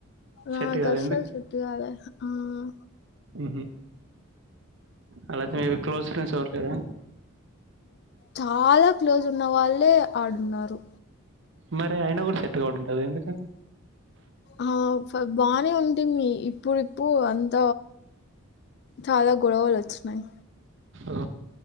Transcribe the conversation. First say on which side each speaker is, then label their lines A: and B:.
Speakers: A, on the left; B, on the right.
A: నాకస్సలు
B: సెట్ కాదు
A: సెట్ట్ గాలే ఉమ్
B: ఉమ్ హ్ అలాయితే మీ క్లోజ్ ఫ్రెండ్స్ ఎవరు లేరా
A: చాలా క్లోజ్ ఉన్న వాళ్ళే ఆడున్నారు
B: మరి అయినా గూడా సెట్ కావడం లేదు ఎందుకు
A: ఆ ఫ్ బానే ఉంటుంది ఇప్పుడిప్పుడు అంత చాలా గొడవలు వచ్చినయి
B: ఓ